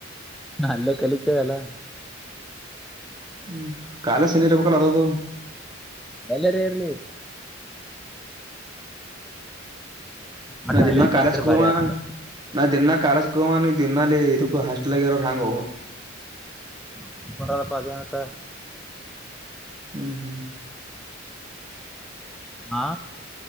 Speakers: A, in the centre; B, on the right (about 20°).
A: ಅಲ್ಲೇ ಕಲಿತೇವೆ ಎಲ್ಲಾ.
B: ಹ್ಮ್ ಕಾಲ ಶನಿ ಇರ್ಬೇಕಲ್ಲ ಅದದು.
A: ಏಲ್ಲರ ಇರ್ಲಿ. ಮಟ್ಟ
B: ನಾವ ದಿನಾ
A: ಅಲ್ಲೇ
B: ಕಾಲೇಜ್
A: ಕಲ್ತ್ರ
B: ಹೋಗಾವ
A: ಬಾರಿ ಆತದ
B: ನಾವ್ ದಿನ ಕಾಲೇಜ್ಕ್ಕ ಹೋಗಾವ ನೀವು ದಿನ ಅಲ್ಲಿ ಇದಕ್ಕೂ ಹಾಸ್ಟೆಲ್ಗ ಇರೋ ಹೆಂಗೋ
A: <unintelligible> ಅದೇನತ್ತ.
B: ಹ್ಮ್ ಹ್ಮ್.
A: ಹಾ.